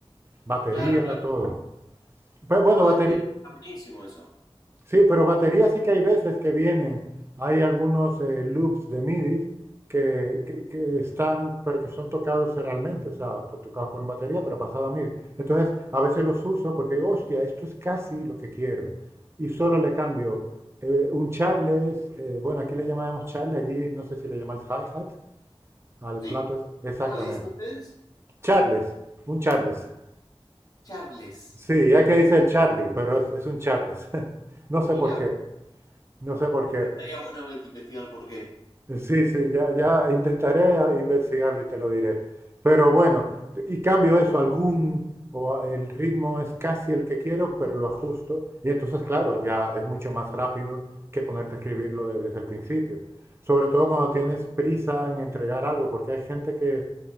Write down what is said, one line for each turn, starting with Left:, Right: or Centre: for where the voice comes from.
Right: Batería,
Left: Claro, claro.
Right: todo. Pues bueno,
Left: No,
Right: batería.
Left: es que está buenísimo eso.
Right: Sí, pero baterías sí que hay veces que vienen. Hay algunos eh, loops de MIDI que, que- que están, pero que son tocados serialmente, o sea, por- tocados por una batería, pero pasado a MIDI. Entonces, a veces los uso porque digo, hostia, esto es casi lo que quiero. Y solo le cambio eh, un charles, eh, bueno, aquí le llamamos charle, allí no sé si le llamáis hi-hat, al
Left: Sí.
Right: plato es, exactamente.
Left: ¿Cómo le dicen ustedes?
Right: Charles, un charles.
Left: Charles.
Right: Sí, ya que dice el Charlie, pero es, es un charles. <laughs> No sé
Left: Mira,
Right: por qué, no sé por qué.
Left: después estaría bueno investigar por qué.
Right: Sí, sí, ya, ya intentaré investigarlo y te lo diré. Pero bueno, y cambio eso, algún, o el ritmo es casi el que quiero, pero lo ajusto. Y entonces, claro, ya es mucho más rápido que ponerte a escribirlo de- desde el principio. Sobre todo cuando tienes prisa en entregar algo, porque hay gente que